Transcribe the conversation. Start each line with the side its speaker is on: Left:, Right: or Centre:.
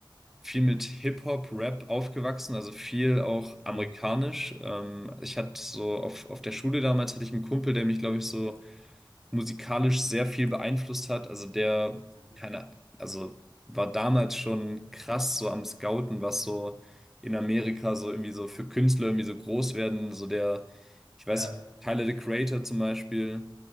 Centre: viel mit Hip-Hop, Rap aufgewachsen, also viel auch amerikanisch.
Left: Hm.
Centre: Ähm, ich hatte so auf, auf der Schule damals hatte ich einen Kumpel, der mich, glaube ich, so musikalisch sehr viel beeinflusst hat. Also der,
Left: Mhm. Mhm.
Centre: keine, also war damals schon krass so am Scouten, was so in Amerika so irgendwie so für Künstler irgendwie so groß werden. So der, ich weiß,
Left: Ja.
Centre: Tyler the Creator zum Beispiel.